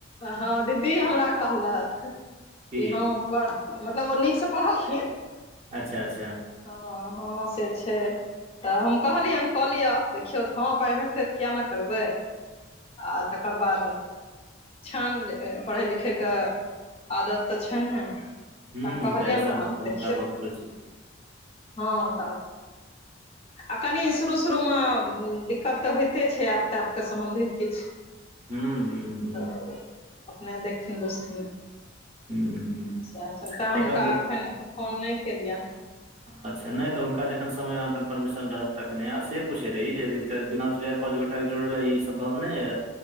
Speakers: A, on the left (about 30°); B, on the right (about 35°).
A: हँ दीदी हमरा कहलथ कि
B: की
A: हँ प - मतलब ओ नीकसँ पढ़लखिन
B: अच्छऽ-अच्छऽ
A: हँ-हँ से छै तऽ हम कहलियैन कऽ लिअ देखियौ तऽ हँ पाइ भेटतै तऽ किया नय करबै आ तकर बाद छान पढ़ै लिखै कऽ आदत तऽ छन्हे
B: हूँ
A: तऽ कहलियैन
B: एहि सभमे
A: हँ आब
B: तऽ हुनका
A: देखियौ
B: बहुत रुचि
A: हँ तऽ आब आ कनि शुरू शुरू मऽ दिक्कत तऽ होइते छै आप तऽ आप कऽ सम्बन्धित किछ
B: हूँ-हूँ-हूँ
A: तऽ अपने देखथिन बुसथिन
B: हूँ हूँ
A: सैह छैन तैँ हुनका
B: एकरा
A: अखैन फोन नय केलियैन
B: अच्छऽ नय तऽ हुनका जखन समय आ कन्फर्मेशन रहत तखने आ से पूछे रही जे बिना दू चाइर पाँच गोटा केँ जोड़ले ई सम्भव नय यऽ